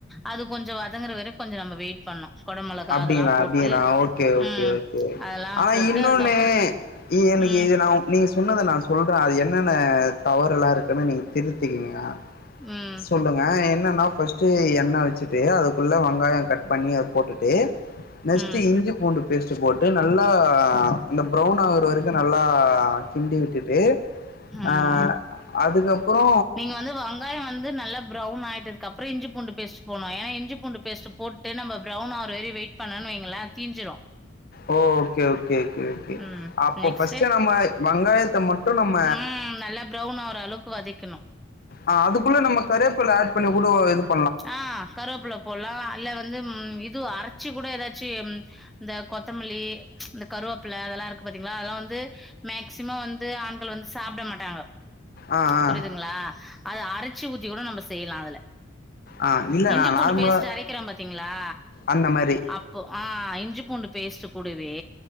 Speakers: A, in the centre; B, on the left (about 45°).
A: அது கொஞ்சோ வதங்கற வர கொஞ்ச நம்ம வெயிட் பண்ணணு கொடமெளகா
B: அப்டிங்களா
A: அது எல்லா போட்டு
B: அப்டிங்களா ஓகே ஓகே
A: ம்
B: ஓகே
A: அதெல்லா
B: ஆனா
A: போட்டு
B: இன்னொன்னு
A: அதுக்கப்றோ
B: எனக்கு
A: ம்
B: இது நா நீங்க சொன்னத நா சொல்றே அது என்னென்ன தவறெல்லா இருக் குன்னு நீங்க திருத்திக்கிங்க
A: ம்
B: சொல்லுங்க என்னன்னா ஃபஸ்ட்டு எண்ண வச் சிட்டு அதுக்குள்ள வெங்காயோ கட் பண்ணி அத போட்டுட்டு நெக்ஸ்ட்டு
A: ம்
B: இஞ்சி பூண்டு பேஸ்ட்டு போட்டு நல்லா இந்த ப்ரௌன் ஆகுற வரைக்கு நல்லா கிண்டி விட்டுட்டு
A: ம்
B: ஆ அதுக்கப்புறோ
A: நீங்க வந்து வங்காயோ வந்து நல்லா ப்ரௌன் ஆயிட்டு க்க அப்புறோ இஞ்சி பூண்டு பேஸ்ட் போனு ஏன்னா இஞ்சி பூண்டு பேஸ்ட் போட்டு நம்ம ப்ரேன்னாவரை வெயிட் பண்ண வைங்களா தீஞ்சிரு
B: ஓ ஓகே ஓக் கே கே கே
A: ம்
B: அப்போ
A: நெக்ஸ்ட்டு
B: பஸ்ட்டு நம்ம வங்காயத்த மட்டு நம்ம
A: ம் நல்லா ப்ரௌன் ஆவுற அளவுக்கு வதக்கணு
B: ஆ அதுக்குள்ள நம்ம கரவேப்பிள்ள ஆட் பண்ணி கூடோ இதுப்
A: ஆ கருவேப்புள்ள போலா அல்ல வந்து இதுவு அர ச்சி கூட எதாச்சி இந்த கொத்தமல்லி இந்த கருவேப்பில்ல அதல்லா இருக்கு பாத்தீங்களா அதெல்லாம் வந்து மேக்சிமம் வந்து ஆண்கள் வந்து சாப்பிட மாட்டாங்க
B: ஆ ஆ
A: புரியுதுங்களா அத அரச்சி ஊத்தி கூட நம்ம ஸ் செய்யலா அதல
B: ஆ இல்ல
A: இஞ்சி
B: நா
A: பூண்டு
B: நார்மலா
A: பேஸ்ட் அரக்கிற பாத்தீங்களா
B: அந்த மாரி
A: அப்போ அ இஞ்சி பூண்டு பேஸ்ட் கூடவே